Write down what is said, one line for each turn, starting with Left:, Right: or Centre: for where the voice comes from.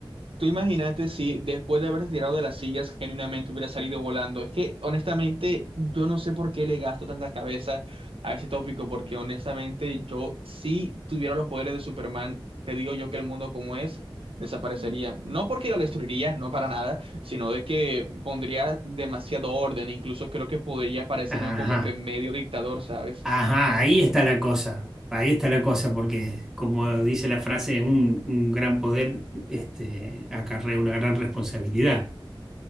Right: Tú imagínate si después de haberse tirado de las sillas genuinamente hubiera salido volando. Es que honestamente yo no sé por qué le gasto tanta cabeza a ese tópico, porque honestamente yo si tuviera los poderes de Superman, te digo yo que el mundo como es desaparecería. No porque lo destruiría, no para nada, sino de que pondría demasiado orden. Incluso creo que podría parecerme
Centre: Ajá,
Right: como que medio dictador, ¿sabes?
Centre: ajá, ahí está la cosa. Ahí está la cosa, porque como dice la frase, un, un gran poder este, acarrea una gran responsabilidad.